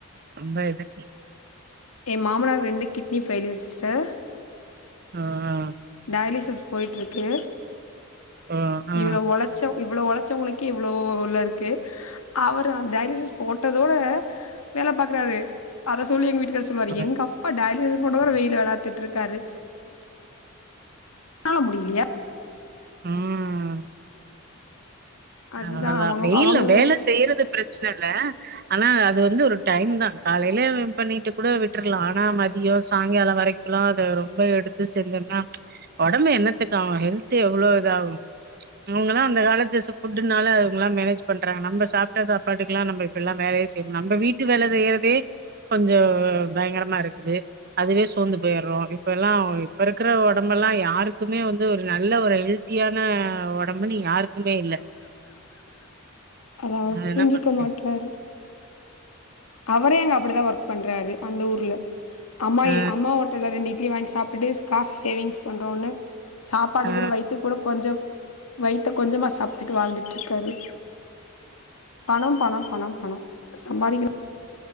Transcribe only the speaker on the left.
எ மாமனார் ரெண்டு கிட்னி ஃபெய்லிய சிஸ்ட
டயலிசிஸ் போயிட்ருக்கு
இவ்வளோ ஒழச்சோ இவ்வளோ ஒழச்சவங்களு க்கே இவ்வளோ உள்ள இருக்கு அவர் அந்த டயலிசிஸ் போட்டதோட வேல பாக்குறாரு அத சொல்லி எங்க வீட்டு கார் சொல்லுவாரு
எங்க அப்பா டயலியஸ் போட்டவரு வெயில வேல வாத்துட்டு இருக்காரு உன்னால முடியலையா
அதுதா
அவங்க
அவங்க
அத அவ
புரிஞ்சுக்க
மாட்றாரு அவரே அங்க அப்புடிதா ஒர்க் பண்றாரு அந்த ஊர்ல அம்மா
இ அம்மா ஓட்டல்ல ரெண்டு இட் லி வாங்கி சாப்ட்டுட்டு காசு சேவிங்ஸ் பண்றோன்னு சாப்பாடு
கூட வைத்து கூட கொஞ்சோ வயித்த கொஞ்சமா சாப்ட்டுட்டு வாழ்ந்துட்ருக்காரு பணோ பணோ பணம் பணோ அ சம்பாரிக்கிர